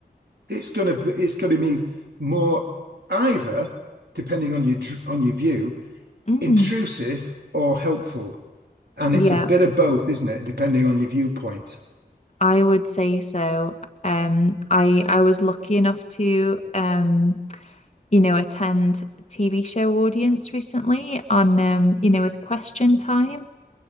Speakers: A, on the right; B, on the left.
A: It's gonna it's gonna be more either, depending on your on your view,
B: Mm.
A: intrusive or helpful. And
B: Yeah,
A: it's a bit of both, isn't it? Depending on your viewpoint.
B: I would say so. Um, I I was lucky enough to um you know, attend a TV show audience recently on um, you know, with Question Time.